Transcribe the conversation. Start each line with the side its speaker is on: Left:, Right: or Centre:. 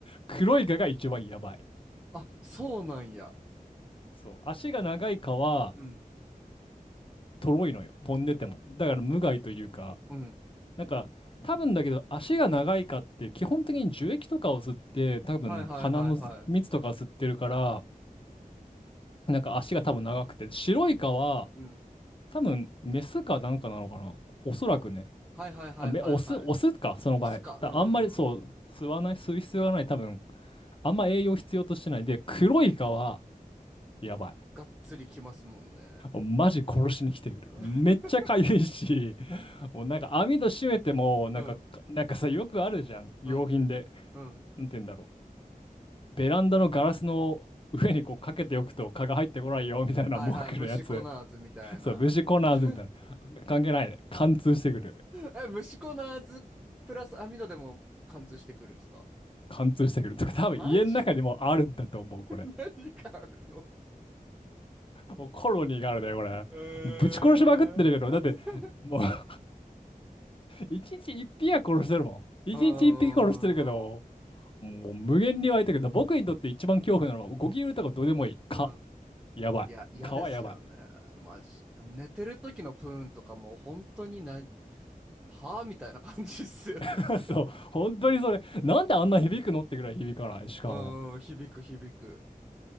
Left: 黒い蚊が一番やばい。
Centre: あ、そうなんや。
Left: そう。足が長い蚊は、
Centre: うん。
Left: とろいのよ、飛んでても。だから無害というか、
Centre: うん。
Left: なんか、多分だけど足が長い蚊って基本的に樹液とかを吸って多分鼻の蜜とかを吸ってるから
Centre: はいはいはいは
Left: なんか足が多分長くて、白イカは
Centre: い。うん。
Left: 多分メスかなんかなのかな。おそらくね。
Centre: はいはいはいはいはい。
Left: あ、め、オス、オスか、その場合。
Centre: 押すか。
Left: だあんまりそう、
Centre: うんうんうん。
Left: 吸わない、吸う必要がない、多分。あんま栄養必要としてない。で、黒イカは、やばい。
Centre: がっつりきますもんね。
Left: マジ殺しに来てくる。
Centre: <laughs>
Left: めっちゃ痒いし、もうなんか網戸閉めても、なんか、
Centre: うん。
Left: なんかさ、よくあるじゃん。用品で。
Centre: うん。うん。
Left: なんて言うんだろう。ベランダのガラスの上にこうかけておくと蚊が入ってこないよ、みたいな文句のやつ。
Centre: はいはい。虫コナーズみたいな。
Left: そう、虫コナーズみたいな。
Centre: <laughs>
Left: 関係ないね。貫通してくる。
Centre: え、虫コナーズプラス網戸でも貫通してくるんですか
Left: 貫通してくる。とか、多分家の中にもあるんだと思う、
Centre: マジで <laughs>
Left: これ。
Centre: 何かあるの
Left: もうコロニーがあるね、これ。
Centre: えー。
Left: もうぶち殺しまくってるけど、
Centre: <laughs>
Left: だって、もう <laughs> 一日一匹は殺してるもん。一日一匹殺してるけど、
Centre: うーん。
Left: もう無限に湧いてくる。僕にとって一番恐怖なのは、ゴキブリとかどうでもいい。蚊。
Centre: うん。
Left: やばい。
Centre: いや、嫌ですよね。
Left: 蚊はやばい。
Centre: マジ。寝てる時のプーンとかもう本当にな、はぁみたいな感じっすよね。
Left: <laughs> そう、本当にそれ。なんであんな響くのってぐらい響かない。
Centre: <laughs>
Left: しかも。
Centre: うん、響く響く。